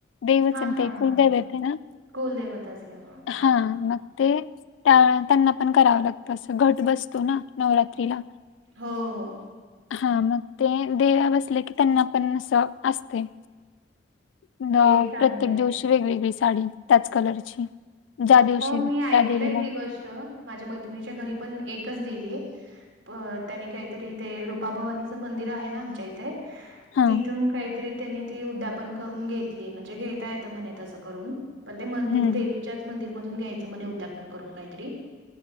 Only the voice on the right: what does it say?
हां,
हां,
हां.
कुलदैवत असल्यामुळं. हां.
हो हो
ते एक चांगलं आहे.
हो, मी
ऐकलंय
ती गोष्ट. माझ्या मैत्रिणीच्या घरी पण एकच देवी आहे. अ त्यांनी काहीतरी ते रुपाभवानीचं मंदिर आहे ना आमच्या इथं
तिथून काहीतरी त्यांनी उद्यापन करून घेतली म्हणजे घेता येत म्हणजे ते करून पण ते मंदिर
दे त्याच मंदिर मधून त्याच्यामध्ये उद्यापन करून काहीतरी